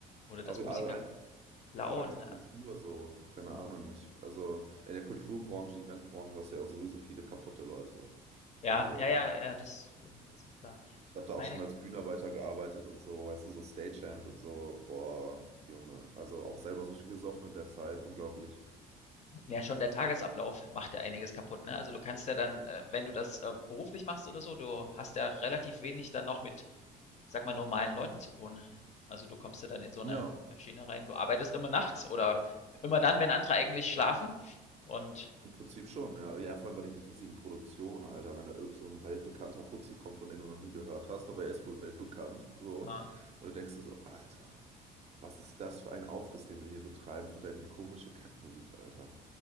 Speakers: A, on the left; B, on the right.
A: oder dass
B: Aber
A: Musiker
B: aber halt,
A: klauen,
B: ja, oder halt die Kultur so, keine
A: äh,
B: Ahnung. Ich, also in der Kulturbranche, Eventbranche, du hast du ja auch sowieso viele kaputte Leute.
A: ja,
B: Also
A: ja, ja, ja, das also, das ist klar.
B: ich habe
A: Ich
B: da
A: meine
B: auch schon als Bühnenarbeiter gearbeitet und so, weißt du, so Stagehand und so, boah, Junge. Also auch selber so viel gesoffen in der Zeit, unglaublich.
A: Ja, schon der Tagesablauf macht ja einiges kaputt, ne? Also, du kannst ja dann, äh, wenn du das, äh, beruflich machst oder so, du hast ja relativ wenig dann noch mit, ich sage mal, normalen Leuten zu tun. Also, du kommst ja dann in so eine
B: Ja.
A: äh, Schiene rein. Du arbeitest immer nachts oder immer dann, wenn andere eigentlich schlafen und,
B: Im Prinzip schon, ja. Ja, vor allem bei den riesigen Produktionen, Alter, wenn da irgend so ein weltbekannter Fuzzi kommt, von dem du noch nie gehört hast, aber er ist wohl weltbekannt, so.
A: äh
B: Und du denkst dir so, Alter, was ist das für ein Aufriss, den wir hier betreiben für deine komische Kackmusik, Alter.